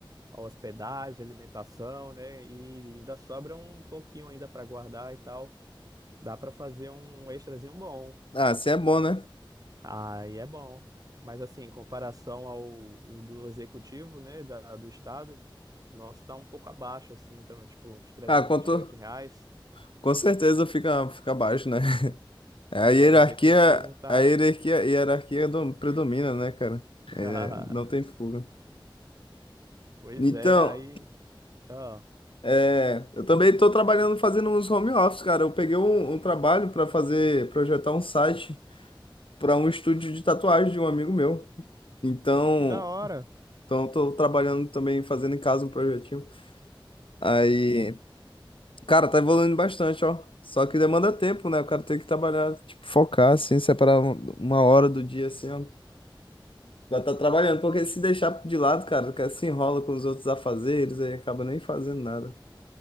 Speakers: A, on the right; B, on the left.
A: a hospedagem, alimentação, né? E ainda sobra um pouquinho ainda para guardar e tal. Dá para fazer um extrazinho bom.
B: Ah, assim é bom, né?
A: Aí é bom. Mas assim, em comparação ao o do executivo, né, da, do estado, nosso tá um pouco abaixo assim, então tipo uns trezentos
B: Ah, quanto,
A: e e vinte e oito reais.
B: com certeza fica, fica baixo, né? A hierarquia,
A: É, o executivo tá
B: a hierarquia, hierarquia dom- predomina, né, cara?
A: <laughs>
B: É, não tem fuga.
A: Pois
B: Então,
A: é, aí, ó.
B: é, eu também estou trabalhando fazendo uns home office, cara. Eu peguei um, um trabalho para fazer, projetar um site para um estúdio de tatuagem de um amigo meu. Então,
A: Pô, que da hora.
B: então estou trabalhando também fazendo em casa um projetinho. Aí, cara, tá evoluindo bastante, ó. Só que demanda tempo, né? O cara tem que trabalhar, tipo, focar, assim, separar um- uma hora do dia, assim, ó. Já tá trabalhando, porque se deixar de lado, cara, que se enrola com os outros afazeres aí acaba nem fazendo nada.